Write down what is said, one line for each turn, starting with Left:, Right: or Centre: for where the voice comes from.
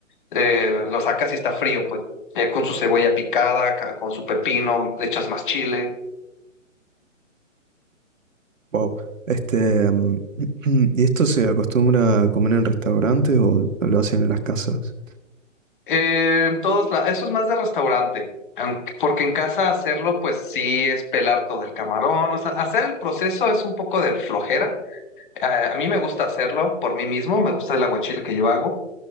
Left: eh, lo sacas y está frío, pues ya con su cebolla picada, ca- con su pepino, le echas más chile.
Right: Wow. Este, mm, <clears throat> ¿y esto se acostumbra a comer en restaurantes o lo hacen en las casas?
Left: Eh, en todos lados, eso es más de restaurante, aunque- porque en casa hacerlo, pues sí es pelar todo el camarón, o sea, hacer el proceso es un poco de flojera. Eh, a mí me gusta hacerlo por mí mismo, me gusta el aguachile que yo hago,